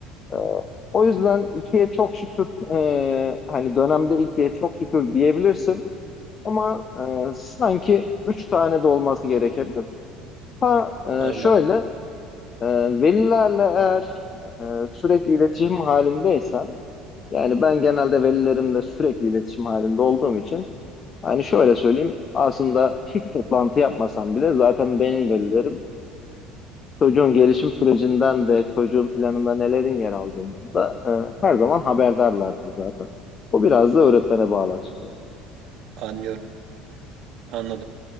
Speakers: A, on the left; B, on the right.
A: E, o yüzden ikiye çok şükür, e, hani dönemde ikiye çok şükür diyebilirsin. Ama e, sanki üç tane de olması gerekebilir. Ha, e,
B: Anladım,
A: şöyle, Ee, velilerle eğer e, sürekli iletişim halindeysen, yani ben genelde velilerimle sürekli iletişim halinde olduğum için, hani şöyle söyleyeyim, aslında hiç toplantı yapmasam bile zaten benim velilerim çocuğun gelişim sürecinden de çocuğun planında nelerin yer aldığından da e, her zaman haberdarlardı zaten. Bu biraz da öğretmene bağlı açıkçası.
B: anlıyorum, anladım.